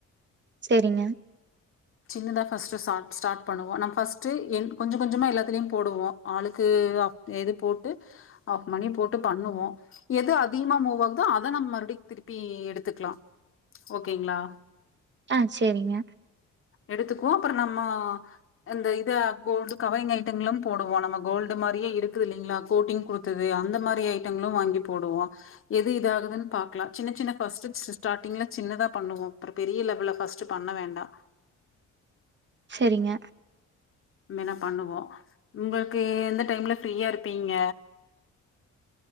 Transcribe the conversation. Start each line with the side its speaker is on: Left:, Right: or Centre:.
Right: சேரிங்க
Left: சின்னதா ஃபஸ்ட் ஸ்டார்ட் ஸ்டார்ட் பண்ணுவோ நம்ம ஃபஸ்ட்டு கொஞ்ச கொஞ்சமா எல்லாத்துலயு போடுவோ ஆளுக்கு எது போட்டு அவ மணி போட்டு பண்ணுவோ எது அதிகமா மூவ் ஆகுதோ அத நம்ம மறுபடி திருப்பி எடுத்துக்கலா ஓகேங்ளா
Right: ஆ சேரிங்க
Left: எடுத்துக்குவோ அப்றோ நம்மோ இந்த இது அப்போ வந்து கவரிங் ஐட்டங்களா போடுவோ நம்ம கோல்டு மாரியே இருக்குது இல்லிங்ளா கோட்டிங் கொடுத்தது அந்த மாரி ஐட்டங்களு வாங்கி போடுவோ எது இது ஆகுதுனு பாக்லா சின்ன சின்ன ஃபஸ்ட்டு ஸ்டாடிங்ல சின்னதா பண்ணுவோ அப்றோ பெரிய லெவல்ல பஸ்ட்டு பண்ண வேண்டா
Right: செரிங்க
Left: இனிமேனா பண்ணுவோ உங்களுக்கு எந்த டைம்ல ஃப்ரீயா இருப்பீங்க